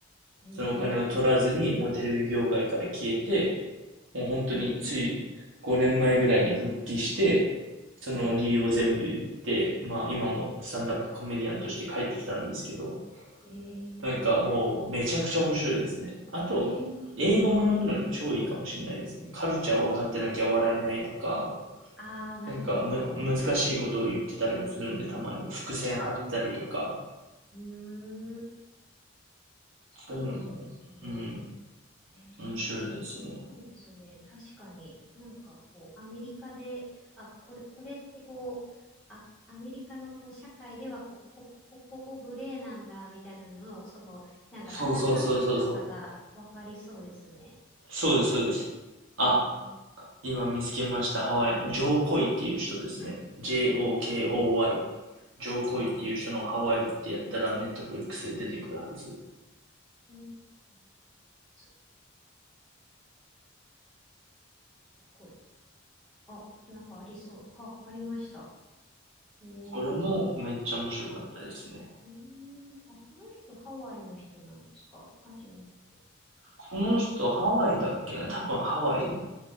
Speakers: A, in the centre; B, on the right.
A: い。
B: そのお金を取らずに、
A: ええ。
B: もうテレビ業界から消えて、もう本当につい5年前ぐらいに復帰して、
A: ええ。
B: その理由を全部言って、
A: は
B: まあ今もスタンダップコメディアンとして帰ってきたんですけど、
A: い。ええ。
B: なんかもうめちゃくちゃ面白いですね。あと、
A: あえー、
B: 英語学ぶのに超いいかもしれないですね。カルチャーを分かってなきゃ笑えないとか、
A: あーあー、なるほど。
B: なんかむ、難しいことを言ってたりもするんで、たまに伏線張ったりとか、
A: うん、うーん、あそうなんですね。
B: そういうのも、うん、
A: えー、
B: 面白いですね。
A: あいいですね。確かになんかこう、アメリカで、あ、これ、これってこう、あ、アメリカのこう社会ではこ、こ、こ、こ、ここグレーなんだみたいなのを、その、なんか肌感覚とかがわかりそうですね。
B: そうそうそうそうそう。そうです、そうです。あ、
A: えー、
B: 今見つけました。ハワイのジョーコイっていう人ですね。J-O-K-O-Y。
A: 情報
B: ジョーコイっていう人のハワイってやったらネットフリックスで出てくるはず。
A: 料理うんネットフリックス、情報料理あ、なんかありそう。あ、ありました。ええ
B: これもめっちゃ面白かったですね。
A: うーん、あ、この人ハワイの人なんですかあ、じゃなくて。
B: この人ハワイだっけな多分ハワイ